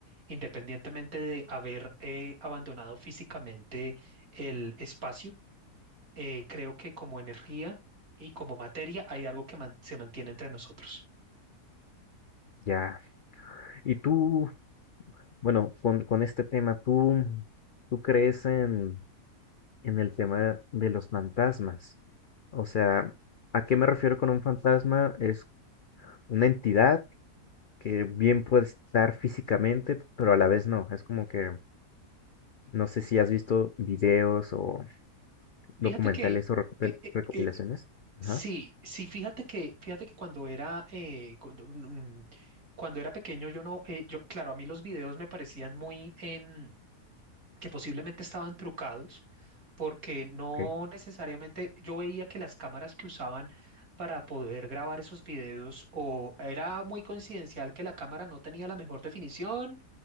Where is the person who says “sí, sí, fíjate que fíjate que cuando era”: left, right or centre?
Right